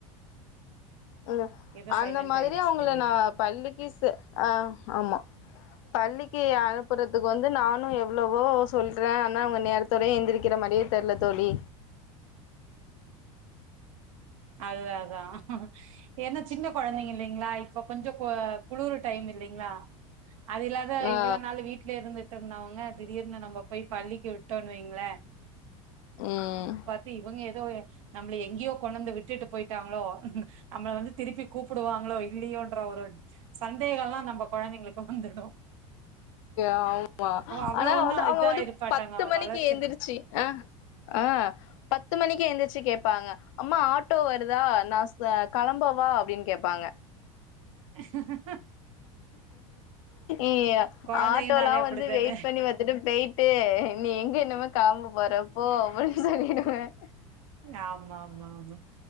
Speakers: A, on the left; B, on the right.
A: உ
B: ஏதோ
A: அந்த
B: சைலண்ட்
A: மாதிரி
B: ஆயிடுச்சு
A: அவுங்கள
B: திடீர்னு
A: நா பள்ளிக்கு செ ஆ ஆமா பள்ளிக்கு அனுப்புறதுக்கு வந்து நானு எவ்வளவோ சொல்றே ஆனா அவுங்க நேரத்தோட எந்திரிக்கிற மாரியே தெரில தோலி
B: து அதான் ஏன்னா சின்ன கொழந்தைங்க இல்லிங்களா இப்ப கொஞ்ச குளுரு டைம் இல்லங்ளா அது இல்லாத
A: ஆ
B: இவ்ளோ நாள் வீட்ல இருந்து விட்டு இருந்தாவுங்க திடீர்னு நம்ம போய் பள்ளிக்கு விட்டோன் வைங்களே
A: ம்
B: பாத்து இவங்க எதோ நம்மள எங்கியோ கொண்டு வந்து விட்டுட்டு போயிட்டாங்களோ நம்ள வந்து திருப்பி கூப்டுவாங்களோ இல்லியோ அப்ற ஒரு சந்தேகம் எல்லா நம்ம கொழந்தைங்களுக்கு வந்துரும்
A: ஆமா
B: அவ்ளோ
A: ஆனா
B: ஒண்ணு
A: வந்து அவுங்க
B: இதா
A: வந்து
B: இருப்பாட்டாங்க
A: பத்து மணிக்கு
B: வளர்ச்சிருக்கு
A: எந்திரிச்சு அ ஆ பத்து மணிக்கு எழுந்திரிச்சு கேட்பாங்க அம்மா ஆட்டோ வருதா நா கெளம்பவா அப்டின் கேப்பாங்க
B: <inaudible>
A: ஏய்
B: கொழந்தைங்கனாலே
A: ஆட்டோல்லா வந்து
B: அப்படித்தானே
A: வெயிட் பண்ணி பாத்துட்டு போயிட்டு நீ எங்க இன்னிமே நீ கெளம்பபோறப் போ சொல்லிடுவேன்
B: ஆமா மா மா